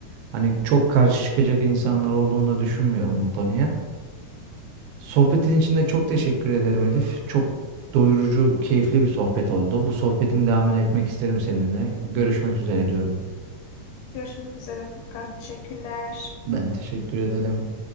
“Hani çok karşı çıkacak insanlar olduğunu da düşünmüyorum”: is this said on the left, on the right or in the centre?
Right